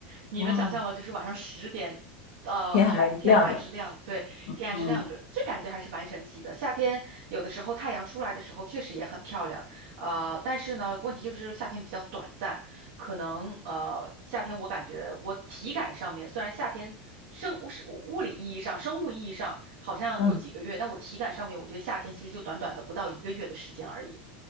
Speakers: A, on the right (about 85°); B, on the left (about 75°).
A: 你能想象吗？
B: 哇，
A: 就是晚上十点，呃，
B: 天还亮着。
A: 还天还是亮，对，天还是亮着，
B: 嗯，
A: 这感觉还是蛮神奇的。夏天有的时候太阳出来的时候确实也很漂亮，呃，但是呢，问题就是夏天比较短暂，可能呃，夏天我感觉我体感上面虽然夏天生物是物物理意义上、生物意义上好像有几个月，
B: 嗯。
A: 但我体感上面我觉得夏天其实就短短的不到一个月的时间而已。